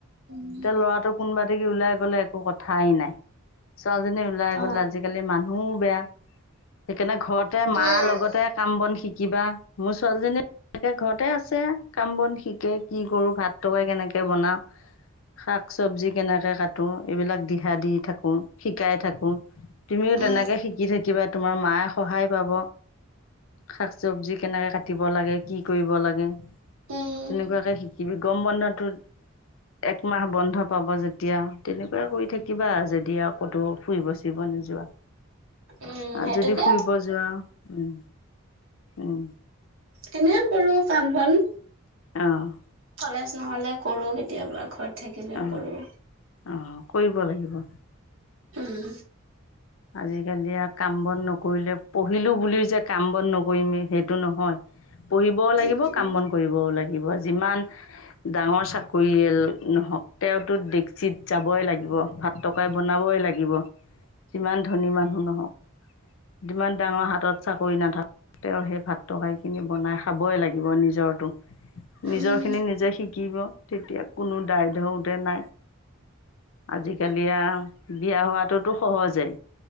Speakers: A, on the right (about 65°); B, on the left (about 70°).
A: উম,
B: এতিয়া লৰাটো কোনোবা দি ওলাই গ'লে একো কথাই নাই। ছোৱালীজনী ওলাই
A: অ,
B: গ'ল আজিকালি মানুহও বেয়া সেইকাৰণে ঘৰত। ঘৰতে মাৰ
A: উম,
B: লগতে কাম বন শিকিবা মোৰ ছোৱালীজনী এনেকে ঘৰতে আছে কাম বন শিকে কি কৰো ভাত তাৰকাৰি কেনেকে বনাওঁ। শাক চব্জি কেনেকে কাটো এইবিলাক দিহা দি থাকো শিকাই থাকোঁ। তুমিও
A: উম,
B: তেনেকে শিকিবা থাকিবা তোমাৰ মায়ে সহায় পাব। শাক চব্জি কেনেকে কাটিব লাগে কি কৰিব লাগে।
A: উম,
B: তেনেকুৱাকে শিকিবি গমৰৈ বন্ধতটো একমাহ বন্ধত পাব যেতিয়া তেনেকুৱা কৰি থাকিবা যদি আৰু ক'তো ফুৰিব চুৰিব নোযোৱা।
A: উম,
B: আৰু
A: সেইটোকে
B: যদি ফুৰিব যোৱা উম উম।
A: কেনেকে কৰো কাম বন।
B: অ'।
A: কলেজ নহ'লে কৰো কেতিয়াবা ঘৰত থাকিলে
B: অ
A: কৰো।
B: অ', কৰিব লাগিব।
A: উম।
B: আজিকালি আৰু কাম বন নকৰিলে পঢ়িলো বুলিও যে কাম বন নকৰিমেই সেইটো নহয়। পঢ়িবও লাগিব,
A: উম,
B: কাম বন কৰিবও লাগিব যিমান ডাঙৰ চাকৰিয়াল নহক তেওঁতো <unintelligible> যাবই লাগিবা <unintelligible> বনাবই লাগিব। যিমান ধনী মানুহ নহওক, যিমান ডাঙৰ হাতত চাকৰি নাথা তেওঁ সেই ভাত তৰকাৰি খিনি বনাই খাবই লাগিব নিজৰটো। নিজৰ
A: উম,
B: খিনি নিজে শিকিব, তেতিয়া কোনো দায় <unintelligible> নাই। আজিকালি আৰু বিয়া হোৱাতোতো সহজেই,